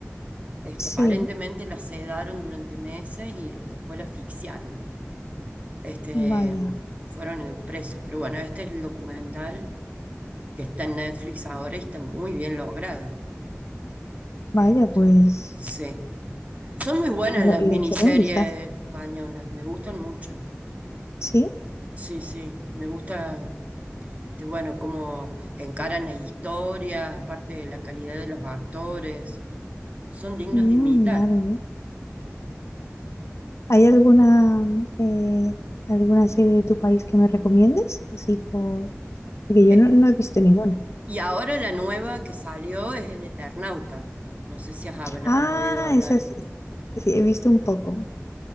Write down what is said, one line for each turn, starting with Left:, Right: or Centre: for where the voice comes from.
Right: Este,
Left: Sí,
Right: aparentemente la sedaron durante meses y después la asfixiaron. Este,
Left: vaya,
Right: fueron eh, presos, pero bueno, este es el documental que está en Netflix ahora y está muy bien logrado.
Left: vaya,
Right: Este,
Left: pues
Right: sí. Son muy buenas
Left: lo-
Right: las
Left: le
Right: miniseries
Left: echaré un vistazo.
Right: españolas, me gustan mucho.
Left: Sí.
Right: Sí, sí, me gusta, este, bueno, cómo encaran las historias, aparte de la calidad de los actores, son dignos
Left: Mm,
Right: de imitar.
Left: vale. bien. ¿Hay alguna, eh, alguna serie de tu país que me recomiendes? Así por... Porque
Right: Eh,
Left: yo no, no he visto ninguna.
Right: y ahora la nueva que salió es El Eternauta. No sé si has, habla-
Left: Ah,
Right: has oído hablar.
Left: esa sí, sí, he visto un poco.